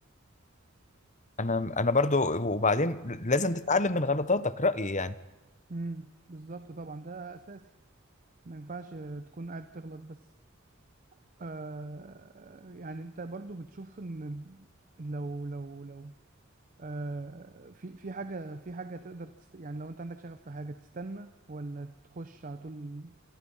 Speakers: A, on the left (about 35°); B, on the right (about 40°).
A: انا انا برضو وبعدين لازم تتعلم من غلطاتك رأيي يعني
B: امم بالظبط طبعا ده أساسي ما ينفعش تكون قاعد تغلط بس آه يعني أنت برضو بتشوف إن ال- لو لو لو آه في في حاجة في حاجة تقدر تست... يعني لو أنت عندك شغف في حاجة تستنى ولا تخش على طول